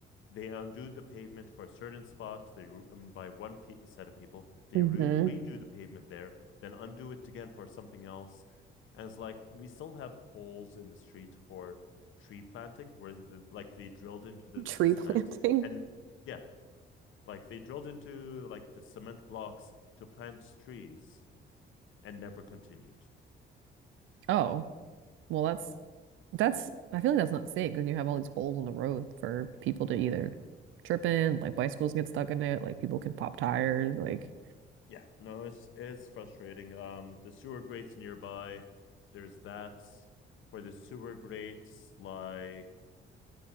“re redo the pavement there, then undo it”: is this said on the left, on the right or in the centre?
Left